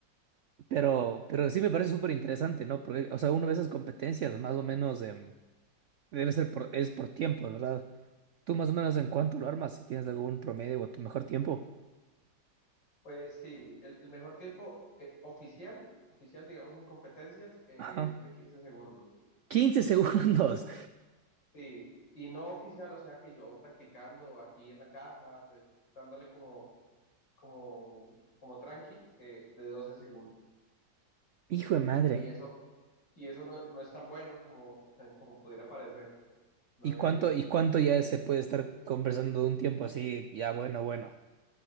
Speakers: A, on the right (about 75°); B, on the left (about 75°).
A: Pero,
B: sí.
A: pero sí me parece súper
B: Y
A: interesante, ¿no? Porque, o sea, uno ve esas competencias más o menos em, debe ser por, es por tiempo, ¿verdad? Tú más o menos en cuánto lo armas, si tienes algún promedio o tu mejor tiempo.
B: pues sí, el, el mejor tiempo eh, oficial, oficial digamos en competencias, es
A: Ajá.
B: de 15 segundos.
A: quince <laughs> segundos.
B: Y sí, y no oficial, o sea que yo practicando aquí en la casa, pues dándole como, como, como tranqui eh, de 12 segundos.
A: Hijo de madre.
B: Y eso y eso no, no es tan bueno como, <laughs> como pudiera parecer. No
A: ¿Y
B: es,
A: cuánto, y cuánto
B: digamos,
A: ya se puede estar conversando de un tiempo así? Ya, bueno, bueno.